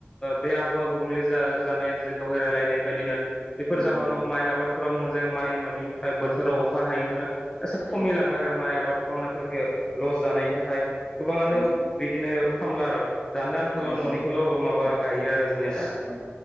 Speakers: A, on the left; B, in the centre.
A: बे आबहावा गुबुंले जा जानाय जे दहाय
B: दा
A: रायलायनाय बायदिनो बेफोर
B: औ
A: जाहोनाव
B: औ
A: माइ आबाद फोराव मोजाङै माइ मोनैनि थाखाय बोथोराव अखा हायैनि थाखाय एसे खमिलांबाय
B: औ
A: आरो माइ आबाद लाफोरखो लस जानायनि थाखाय गोबाङानो
B: नंगौ
A: बिदिनो खामला र जानो आनथाल'
B: नंगौ नोंथां
A: न'निखौल' माबा
B: औ
A: गायो आरो जोंनिया दा
B: औ